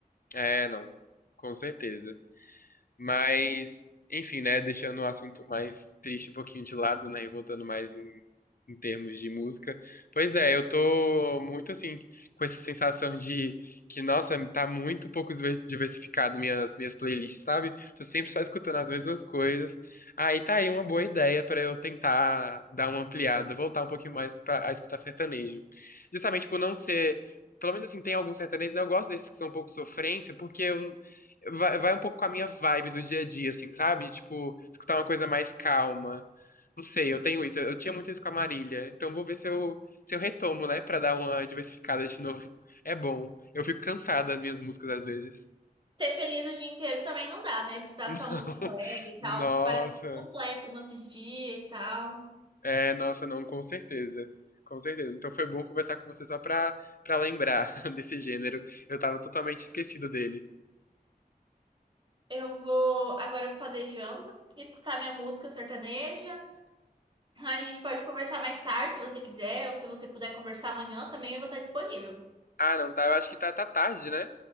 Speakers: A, on the left (about 70°); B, on the right (about 30°).
A: é, não, com certeza. Mas, enfim, né? Deixando o assunto mais triste um pouquinho de lado, né? E voltando mais em, em termos de música. Pois é, eu tô muito assim, com essa sensação de que, nossa, tá muito pouco diver- diversificado minhas, minhas playlists, sabe? Tô sempre só escutando as mesmas coisas. Aí tá aí uma boa ideia pra eu tentar dar uma ampliada, voltar um pouquinho mais pra, a escutar sertanejo. Justamente por não ser. Pelo menos assim, tem alguns sertanejos, né? Eu gosto desses que são um pouco sofrência, porque eu vai, vai um pouco com a minha vibe do dia a dia, assim, sabe? Tipo, escutar uma coisa mais calma. Não sei, eu tenho isso. Eu tinha muito isso com a Marília. Então vou ver se eu, se eu retomo, né? Pra dar uma diversificada de novo. É bom. Eu fico cansado das minhas músicas às vezes.
B: Ser feliz o dia inteiro também não dá, né? Escutar
A: <laughs>
B: só música alegre
A: Não.
B: e tal. Parece
A: Nossa.
B: que completa o nosso dia e tal.
A: É, nossa, não, com certeza. Com certeza. Então foi bom conversar com você só pra, pra lembrar <laughs> desse gênero. Eu tava totalmente esquecido dele.
B: Eu vou. Agora eu vou fazer janta, escutar minha música sertaneja. A gente pode conversar mais tarde, se você quiser, ou se você puder conversar amanhã também, eu vou estar disponível.
A: Ah, não, tá. Eu acho que tá, tá tarde, né?